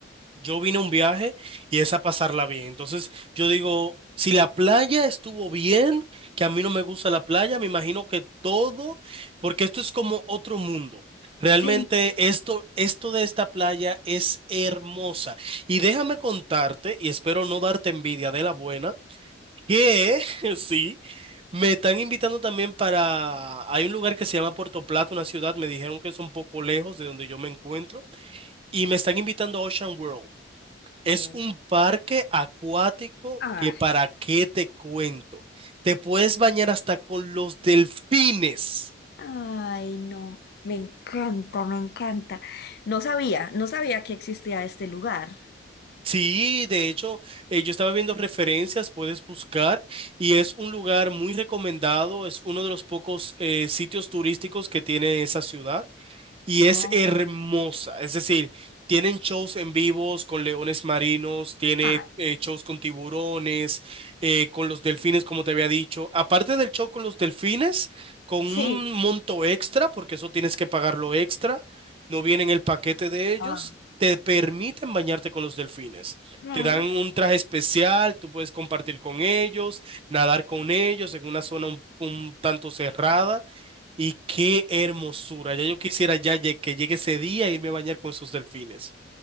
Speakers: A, on the right; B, on the left.
A: Yo vine a un viaje y es a pasarla bien. Entonces, yo digo, si la playa estuvo bien, que a mí no me gusta la playa, me imagino que todo, porque esto es como otro mundo. Realmente
B: sí.
A: esto, esto de esta playa es hermosa. Y déjame contarte, y espero no darte envidia de la buena que <laughs> sí, me están invitando también para... Hay un lugar que se llama Puerto Plata, una ciudad, me dijeron que es un poco lejos de donde yo me encuentro, y me están invitando a Ocean World. Es
B: Mm.
A: un parque acuático
B: Ay,
A: que para qué te cuento. Te puedes bañar hasta con los delfines.
B: ay, no. Me encanta, me encanta. No sabía, no sabía que existía este lugar.
A: Sí, de hecho, eh, yo estaba viendo referencias, puedes buscar, y es un lugar muy recomendado, es uno de los pocos eh, sitios turísticos que tiene esa ciudad. y
B: Oh,
A: es hermosa. Es decir, tienen shows en vivos con leones marinos, tiene
B: ah,
A: eh, shows con tiburones, eh, con los delfines, como te había dicho. Aparte del show con los delfines, con
B: sí.
A: un monto extra, porque eso tienes que pagarlo extra, no viene en el paquete de ellos
B: Ah.
A: te permiten bañarte con los delfines.
B: No,
A: Te dan un traje especial, tú puedes compartir con ellos, nadar con ellos en una zona un, un tanto cerrada. Y qué hermosura. Ya yo quisiera ya lle- que llegue ese día e irme a bañar con esos delfines.